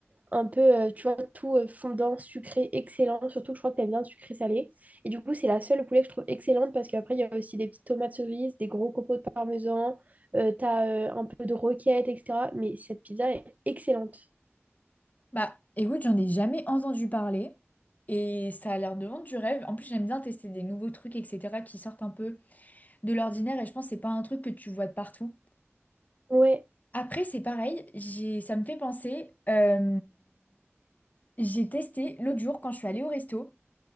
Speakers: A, on the right; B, on the left.
A: un peu, euh, tu vois, tout euh, fondant, sucré, excellent. Surtout que je crois que t'aimes bien le sucré salé. Et du coup, c'est la seule poulet que je trouve excellente parce qu'après, il y a aussi des petites tomates cerises, des gros copeaux de parmesan, euh, t'as euh, un peu de roquette, etc. Mais cette pizza est excellente.
B: Bah, écoute, j'en ai jamais entendu parler. Et ça a l'air de vendre du rêve. En plus, j'aime bien tester des nouveaux trucs, etc., qui sortent un peu de l'ordinaire. Et je pense que c'est pas un truc que tu vois de partout.
A: Ouais.
B: Après, c'est pareil, j'ai, ça me fait penser, euh, j'ai testé l'autre jour quand je suis allée au resto.